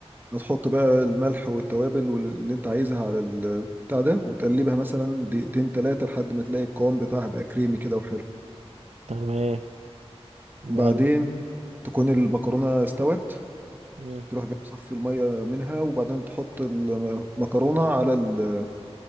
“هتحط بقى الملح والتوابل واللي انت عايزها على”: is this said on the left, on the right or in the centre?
Right